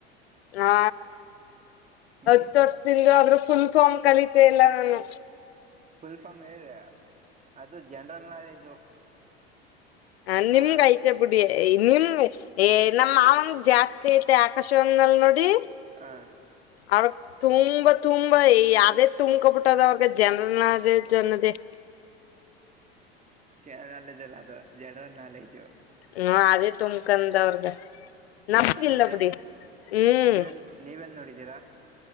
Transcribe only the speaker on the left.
ಹಾ
ಹತ್ತು ವರ್ಷದಿಂದ ಆದ್ರ ಫುಲ್ ಫಾರ್ಮ್ ಕಲಿತೆ ಎಲ್ಲ ನಾನು
ಹ
ನಿಮ್ಗಯತೆ ಬಿುಡಿಿಯ ನಿಮ ನಮ್ ಮಾವನ್ ಜಾಸ್ತಿ ಐತೆ ಆಕಾಶವಂದಲ್ ನೋಡಿ
ಅವ್ರಗ್ ತುಂಬಾ ತುಂಬಾ ಯಾವ್ದೇ ತುಂಬ್ಕೊಬಿಟ್ಟದ ಅವ್ರಗ ಜನರ ನ ಅನ್ನದೇ ಯೌರ್ಟ್ <inaudible>
ಹ್ಮ ಅದೇ ತುಂಬಕಂದವ್ರಗ ನಂಬಿಕೆ
ಇಲ್ಲಪಡಿ ಹ್ಮ್